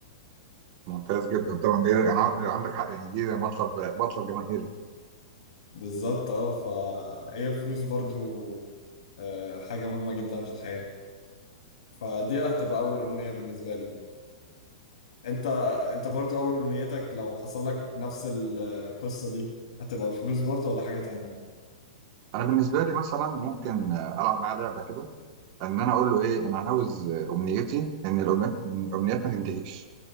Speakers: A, on the right; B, on the left.
A: ممتاز جدا طبعا دي انا ع- عندك حق يعني دي مطلب آه، مطلب جماهيري
B: فبالظبط اه فهي الفلوس برضو آه، حاجة مهمة جدا في الحياة فدي هتبقى أول أمنية بالنسبة لي انت انت برضو اول امنيتك لو حصل لك نفس القصة دي هتبقى الفلوس برضو ولا حاجة تانية
A: انا بالنسبه لي مثلا ممكن آه، العب معاه لعبه كده ان انا اقول له ايه انا عاوز آه، امنيتي ان الامنيات إن الامنيات ما تنتهيش